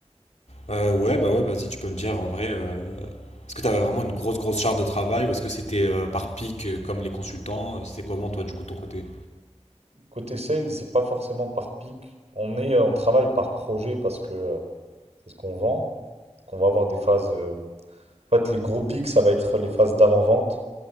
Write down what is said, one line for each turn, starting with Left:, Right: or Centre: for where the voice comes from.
Left: Euh, ouais, bah ouais, vas-y, tu peux me dire en vrai, euh, est-ce que tu avais vraiment une grosse, grosse charge de travail ou est-ce que c'était euh, par pic euh, comme les consultants? euh, C'était comment toi, du coup, de ton côté?
Right: Côté sales, c'est pas forcément par pic. On est, euh, on travaille par projet parce que euh, c'est ce qu'on vend. Donc, on va avoir des phases. euh, En fait, les gros pics, ça va être les phases d'avant-vente.